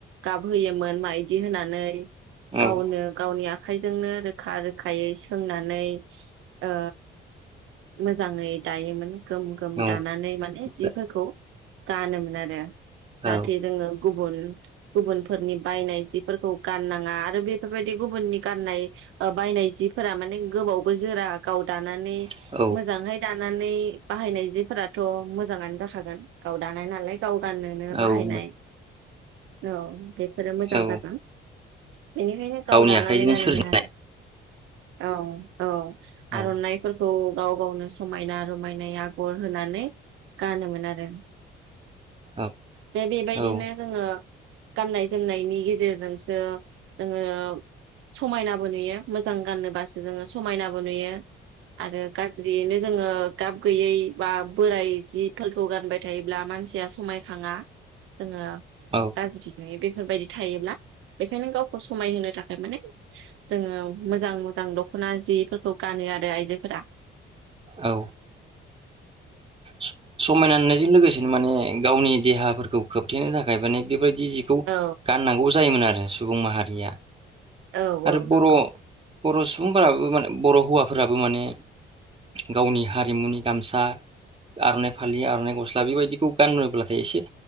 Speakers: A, on the right; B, on the right.
A: गाबहोयोमोन माइदि होनानै।
B: औ
A: गावनो गावनि आखाइजोंनो रोखा रोखायै सोंनानै ओ मोजाङै दायोमोन। गोम गोम
B: औ
A: दानानै माने जिफोरखौ
B: औ
A: गानोमोन आरो।
B: औ
A: नाथाय जोङो गुबुन गुबुनफोरनि बायनाय जिफोरखौ गाननाङा आरो बेफोरबायदि गुबुननि गाननाय बायनाय जिफोरा माने गोबावबो जोरा गाव दानानै
B: औ
A: मोजांहाय दानानै बाहायनाय जिफोराथ' मोजाङानो जाखागोन गाव दानाय नालाय। गाव गाननोनो
B: औ
A: बाहायनाय औ बे फोरो मोजां
B: औ
A: जागोन। बेनिखायनो गाव
B: गावनि
A: दानानै
B: आखाइजोंनो
A: गानोमोन
B: सोरजिनाय
A: आरो। औ‌। औ
B: औ
A: आर'नाइफोरखौ गाव गावनो समायना रमाय नाय आगर होनानै गानोमोन आरो।
B: औ
A: बे बेबायदिनो
B: औ
A: जोङो गाननाय जोमनायनि गेजेरजोंसो जोङो समायनाबो नुयो मोजां गानोबासो जोङो समायनाबो नुयो। आरो गाज्रियैनो जोङो गाब गैयै बा बोराइ जिफोरखौ गानबाय थायोब्ला मानसिया समायखाङा । जोङो
B: औ
A: गाज्रि नुयो बेफोरबायदि थायोब्ला बेखायनो गावखौ समायहोनो था खाय माने जोङो मोजां मोजां दख'ना जिफोरखौ गानो आरो आइजोफोरा ।
B: औ। स-समायना नुनाय जों लोगोसेनो माने गावनि देहाफोरखौ खोबथेनो थाखाय माने बे बादि जिखौ
A: औ
B: गाननांगौ जायोमोन आरो । ओ सुबुं माहारिया
A: औ
B: आरो
A: औ
B: बर'
A: नोंगौ ।
B: बर' सुबुंफोराबो माने बर' हौवाफोराबो माने गावनि हारिमुनि गामसा आर'नाइ फालि आर'नाइ गस्ला बिबायदिखौ गानोब्लाथाय एसे